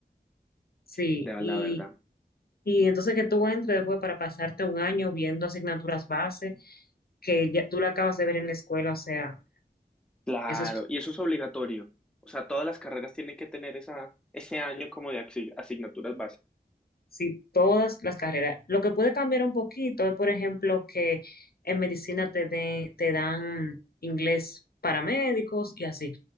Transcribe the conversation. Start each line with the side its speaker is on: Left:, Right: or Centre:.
Left: Sí,
Centre: de
Left: y
Centre: la verdad.
Left: Y entonces que tú entres después para pasarte un año viendo asignaturas base que ya tú la acabas de ver en la escuela, o sea,
Centre: Claro,
Left: eso es
Centre: y eso es obligatorio. O sea, todas las carreras tienen que tener esa, ese año como de axi- asignaturas
Left: sí, todas las carreras. Lo que puede cambiar un poquito es, por ejemplo, que en medicina te, den- te dan inglés para médicos y así,